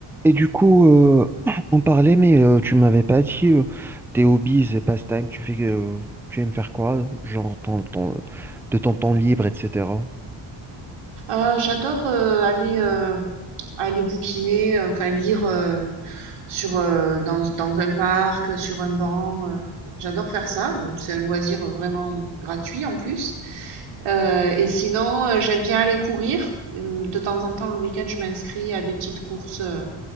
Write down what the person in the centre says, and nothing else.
Et du coup, euh, <clears throat> on parlait, mais euh, tu m'avais pas dit euh, tes hobbies et pastimes, tu fais, euh, tu aimes faire quoi, genre ton, ton- de ton temps libre, etc.